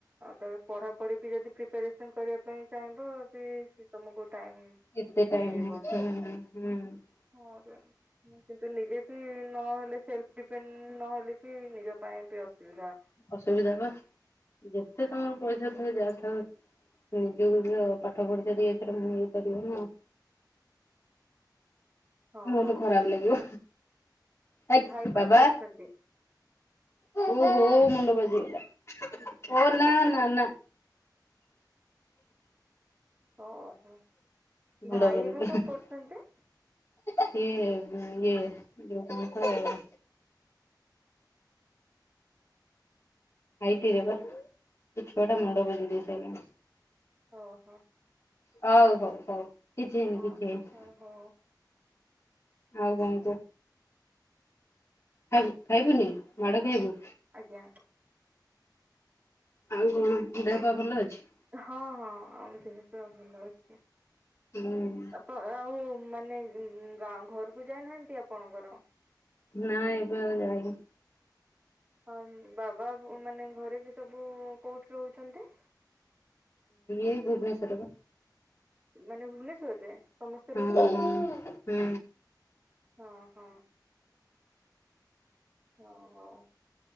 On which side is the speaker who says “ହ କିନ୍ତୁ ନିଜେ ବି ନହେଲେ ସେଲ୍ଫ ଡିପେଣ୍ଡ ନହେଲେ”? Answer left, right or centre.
Right